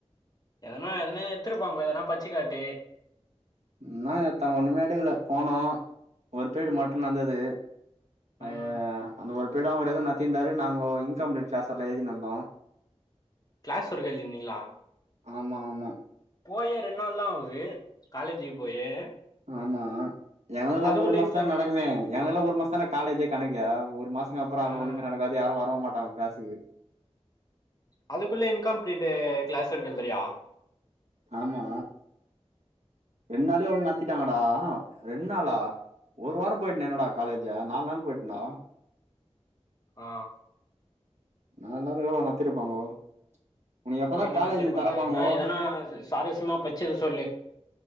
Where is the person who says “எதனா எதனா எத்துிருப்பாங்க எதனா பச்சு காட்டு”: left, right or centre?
Left